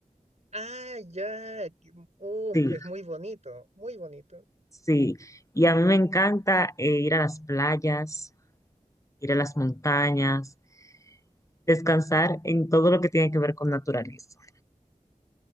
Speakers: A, on the right (about 55°); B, on the left (about 20°).
A: ah, ya, que- oh,
B: Sí,
A: es muy bonito, muy bonito.
B: sí. Y a mí me encanta eh, ir a las playas. ir a las montañas, descansar en todo lo que tiene que ver con naturaleza.